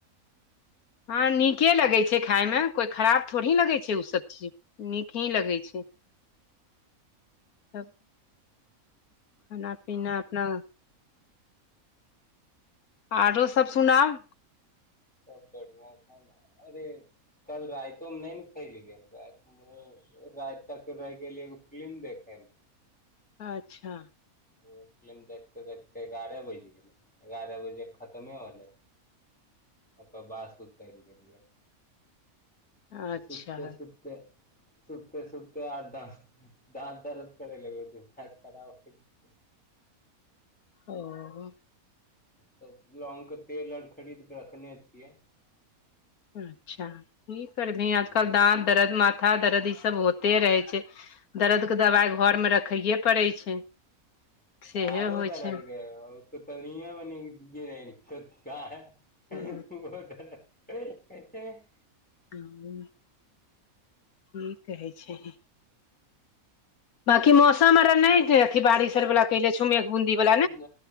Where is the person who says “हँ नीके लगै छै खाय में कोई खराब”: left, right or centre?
Left